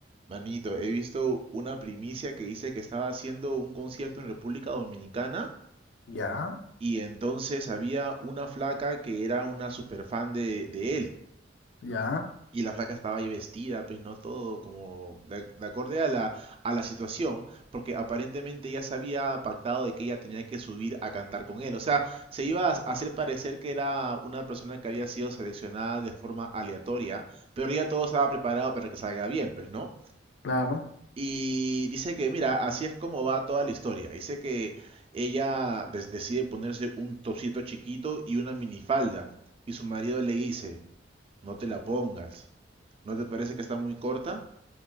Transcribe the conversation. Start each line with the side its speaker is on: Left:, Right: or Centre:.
Right: Manito, he visto una primicia que dice que estaba haciendo un concierto en República Dominicana
Left: ¿Ya?
Right: Y entonces había una flaca que era una super fan de, de él.
Left: ¿Ya?
Right: Y la flaca estaba ahí vestida, pues no todo como de, de acorde a la, a la situación, porque aparentemente ya se había pactado de que ella tenía que subir a cantar con él. O sea, se iba a hacer parecer que era una persona que había sido seleccionada de forma aleatoria, pero ya todo estaba preparado para que salga bien, pues, ¿no?
Left: Claro.
Right: Y dice que, mira, así es como va toda la historia. Dice que ella des- decide ponerse un topsito chiquito y una minifalda. Y su marido le dice, no te la pongas. ¿No te parece que está muy corta?